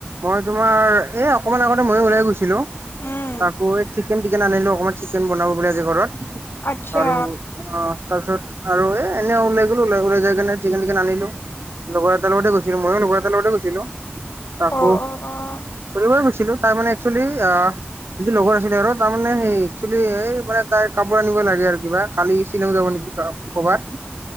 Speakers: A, on the right (about 75°); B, on the left (about 70°).
A: মই তোমাৰ এই অকমান আগতে ময়ো ওলাই গৈছিলো
B: উম,
A: আকৌ এই চিকেন টিকেন আনিলো অকমান চিকেন বনাব বুলে আজি ঘৰত
B: আচ্ছা
A: আৰু অ তাৰপিছত আৰু এ এনে ওলাই গলো ওলাই যাই কেনে চিকেন টিকেন আনিলো লগৰ এটাৰ লগতে গৈছিলো ময়ো লগৰ এটাৰ লগতে গৈছিলো আকৌ
B: অ', অ', অ'।
A: ফুৰিব গৈছিলো ছিলো তাৰ মানে এক্সচুলি যিটো লগৰ আছিলে আৰু তাৰমানে সেই একচলি এই মানে তাই কাপোৰ আনিব লাগে আৰু কিবা কালি শ্বিলং যাব নেকি ত কৰবাত